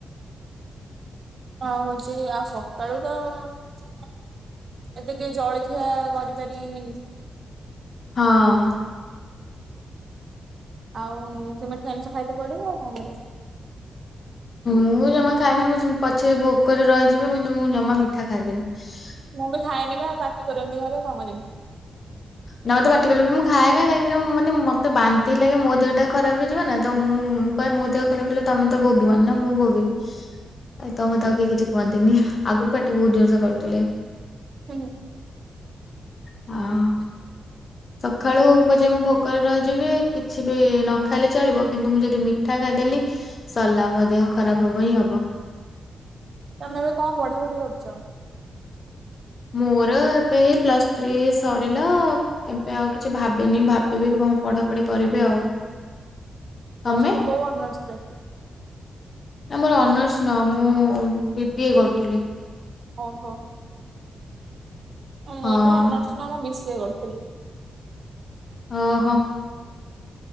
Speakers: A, on the right (about 50°); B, on the left (about 40°).
A: ହଁ ହୋଉଛି ଆଉ ସକାଳୁ ତ ତ ଏତେ କିଏ ଜଳଖିଆ କରିପାରିବେନି।
B: ହଁ।
A: ଆଉ ସେ ମିଠୁଆନ୍ସ ଖାଇତ ପଡିବ ଆଉ କରେ
B: ମୁଁ ଜମା ଖାଇନି ମୁଁ ପଛେ ଭୋଗ କରି ରହିଯିବି କିନ୍ତୁ ମୁଁ ଜମା ମିଠା ଖାଇବନି।
A: ମୁଁ ବି ଖାଇନି ବା ପାଟି କରନ୍ତି କରନ୍ତି ଘରେ କଣ କରିବି?
B: ନା ମତେ ପାଟିକଲେ ବି ମୁଁ ଖାଏ ନା କାହିଁକିନା ମାନ ମତେ ବାନ୍ତିଇ ଲାଗେ ମୋ ଦେହ ଟା ଖରାପ ହେଇଯିବ ନା ତ ମୁଁ କହେ ମୋ ଦେହ ଖରାପ ହେଥିଲା ତମେ ତ ଭୋଗିବନି ନା ମୁଁ ଭୋଗିବି। ତମତେ ଆଉ କେହି କିଛି କୁହନ୍ତିନି ଆଗରୁ ପାଟି ବହୁତ ଜୋରସେ କରୁଥିଲେ।
A: ହୁଁ ହୁଁ। <inaudible>
B: ଆ ସକାଳୁ ଉପଯେ ମୁଁ ଭୋକରେ ରହିଯିବି କିଛି ବି ନ ଖାଇଲେ ଚଳିବ କିନ୍ତୁ ମୁଁ ଯଦି ମିଠା ଖାଇଦେଲି। ସରିଲା ମ ଦେହ ଖରାପ ହବ ହଁ ହବ।
A: ତମେ ଏବେ କଣ ବଢ଼ା ବଢି କରୁଛ।
B: ମୋର ଏବେ ଏଇ ପ୍ଲସ ଥ୍ରୀ ସରିଲା ଆଉ। ଏବେ ଆଉ କିଛି ଭାବିନି ଭାବିବି କଣ ପଢାପଢି କରିବି ଆଉ। ତମେ
A: ପ୍ଲସ ଥ୍ରୀ କୋଉ ଅନର୍ସ ରେ?
B: ଆମର ଅନର୍ସ ନୁହଁ ମୁଁ ବି ପି ଏ କରୁଥିଲି।
A: ଓହୋ ମୋର
B: ହଁ
A: ବି ଅନର୍ସ ନୁହଁ ମୁଁ ବି ସି ଏ କରୁଥିଲି।
B: ଓହୋ।